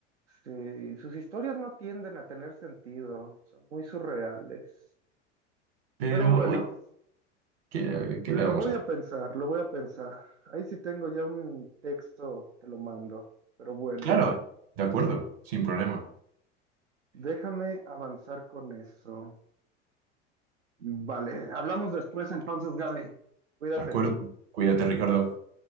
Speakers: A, on the right; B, on the right.
A: Sí, sus historias no tienden a tener sentido, son muy surreales.
B: Pero,
A: Pero bueno,
B: oye, ¿qué, qué
A: lo
B: le vamos
A: voy
B: a hacer?
A: a pensar, lo voy a pensar. Ahí sí tengo ya un texto, te lo mando, pero bueno.
B: Claro, de acuerdo, sin problema.
A: Déjame avanzar con eso. Vale, hablamos después entonces, Gaby. Cuídate.
B: De acuerdo. Cuídate, Ricardo.